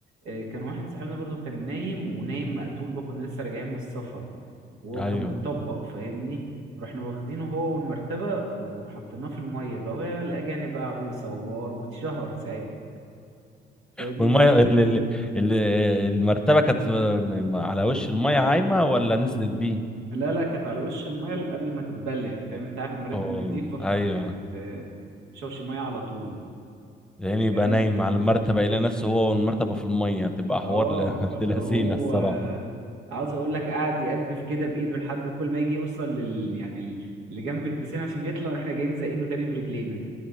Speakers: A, on the right; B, in the centre.
A: آه، كان واحد صاحبنا برضو كان نايم ونايم مقتول بقى كنا لسه راجعين من السفر وهو
B: ايوه
A: كان مطبق فاهمني رحنا واخدينه هو والمرتبة وحطيناه في المية بقى والأجانب بقى قعدوا يصوروا واتشهر ساعتها فاهمني
B: والميه ال- ال- ال- المرتبه كانت في- م- على وش الميه عايمه ولا نزلت بيه
A: لا لا كانت على وش المية قبل ما تتبل يعني فاهم انت عارف المراتب
B: اه
A: نضيفة فما
B: ايوه
A: كانت آه، شوش مية على طول
B: يعني
A: فاهمني
B: يبقى نايم على المرتبه يلاقي نفسه هو والمرتبه في الميه تبقى
A: اه
B: حوار ل- <laughs>
A: فاللي
B: ابن لذينه
A: هو
B: الصراحه
A: عاوز اقول لك قاعد يقدف كده بايده لحد كل ما يجي يوصل لل يعني ال- اللي جنب البسين عشان يطلع واحنا جايين زقينه تاني برجلينا